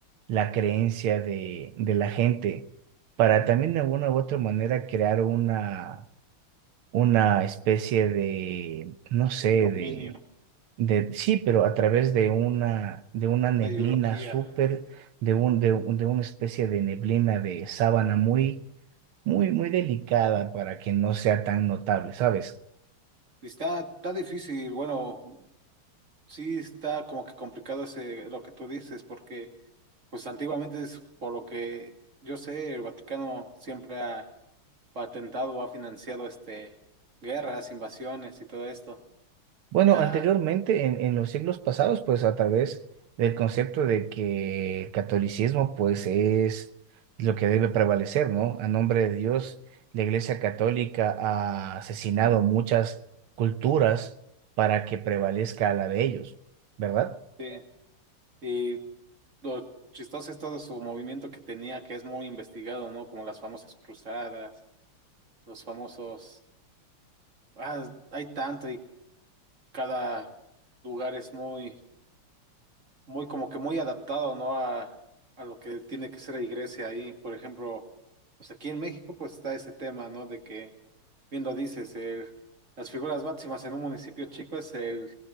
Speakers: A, on the right; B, on the right.
A: la creencia de, de la gente para también de una u otra manera crear una, una especie de, no sé,
B: Dominio,
A: de de, sí, pero a través de una, de una neblina
B: una ideología.
A: súper, de un, de, un- de una especie de neblina de sábana muy, muy, muy delicada para que no sea tan notable, ¿sabes?
B: Está, está difícil, bueno, Sí, está como que complicado ese, lo que tú dices, porque pues antiguamente es por lo que yo sé, el Vaticano siempre ha patentado o ha financiado este guerras, invasiones y todo esto.
A: Bueno,
B: Ah,
A: anteriormente, en, en los siglos pasados, pues a través del concepto de que el catolicismo, pues es lo que debe prevalecer, ¿no? A nombre de Dios, la Iglesia Católica ha asesinado muchas culturas para que prevalezca la de ellos, ¿verdad?
B: sí. Y lo chistoso es todo su movimiento que tenía, que es muy investigado, ¿no? Como las famosas cruzadas, los famosos, ah, hay tanto y cada lugar es muy muy como que muy adaptado, ¿no? A, a lo que tiene que ser la iglesia ahí. Por ejemplo, pues aquí en México pues está ese tema, ¿no? De que, viendo dices, el, las figuras máximas en un municipio chico es el,